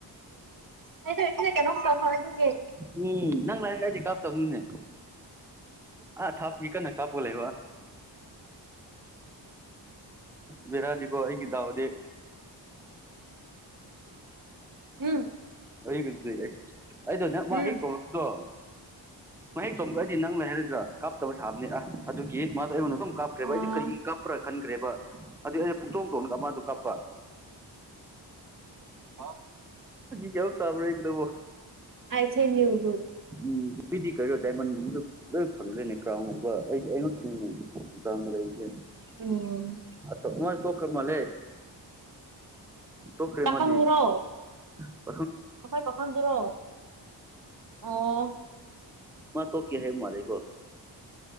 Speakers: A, on the right; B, in the centre.
A: ꯑꯩꯗꯣ ꯑꯁꯤꯗ ꯀꯩꯅꯣꯝ ꯇꯧꯕ ꯑꯗꯨꯒꯤ
B: ꯎꯝ ꯅꯪ ꯂꯥꯏꯔꯗꯤ ꯀꯥꯞꯇꯕꯅꯤꯅꯦ ꯑꯥ ꯊꯥꯞꯅꯤ ꯀꯟꯅ ꯀꯥꯞ ꯀꯩꯕꯥ ꯚꯦꯔꯥꯅꯤꯀꯣ ꯑꯩꯒꯤ ꯗꯥꯎꯗꯤ
A: ꯎꯝ
B: ꯑꯩ ꯑꯗꯨꯗꯤ ꯑꯩ ꯑꯩꯗꯣ ꯅꯪ
A: ꯎꯝ
B: ꯃꯥ ꯍꯦꯛ ꯀꯧꯂꯛꯄꯗꯣ ꯃꯥ ꯍꯦꯛ ꯇꯣꯡꯕꯒ ꯑꯩꯗꯤ ꯅꯪ ꯂꯩ ꯍꯥꯏꯔꯒ ꯀꯥꯞꯇꯕ ꯁꯥꯕꯅꯦ ꯑ ꯑꯗꯨꯒꯤ ꯃꯥꯗꯣ ꯑꯩꯉꯣꯟꯗ ꯗꯨꯝ ꯀꯥꯞꯈ꯭ꯔꯦꯕ
A: ꯑꯥ
B: ꯑꯩꯗꯤ ꯀꯔꯤꯒꯤ ꯀꯥꯞꯄ꯭ꯔꯥ ꯈꯟꯈ꯭ꯔꯦꯕ ꯑꯗꯨꯩ ꯑꯩ ꯄꯨꯇꯧ ꯇꯧꯒ ꯃꯥꯗꯣ ꯀꯥꯞꯄ
A: ꯑꯣ
B: ꯀꯦꯝ ꯇꯧꯔꯔꯣꯏꯗꯨꯕꯨ
A: <unintelligible>
B: ꯎꯝ ꯗꯤ ꯀꯔ ꯗꯥꯏꯃꯣꯟꯒꯨꯝꯕꯗꯣ ꯂꯣꯏ ꯐꯪꯒ꯭ꯔꯦꯅꯦ ꯀꯥꯟꯎꯗꯣ ꯑꯩ ꯑꯩꯗꯤ ꯑꯩꯉꯣꯟꯗꯅꯤꯅꯦꯗ ꯀꯥꯎꯟꯗ ꯂꯩꯁꯦ
A: ꯎꯝ
B: ꯑꯗꯣ ꯃꯥ ꯇꯣꯛꯈ꯭ꯔ ꯃꯥꯜꯂꯦ ꯇꯣꯛꯈ꯭ꯔꯦ
A: ꯄꯥꯈꯪꯗꯨꯔꯣ
B: ꯃꯥꯗꯤ <unintelligible>
A: ꯑꯩꯈꯣꯏ ꯄꯥꯈꯪꯗꯨꯔꯣ ꯑꯣ
B: ꯃꯥ ꯇꯣꯛꯀꯦ ꯍꯥꯏꯕ ꯃꯥꯜꯂꯦꯀꯣ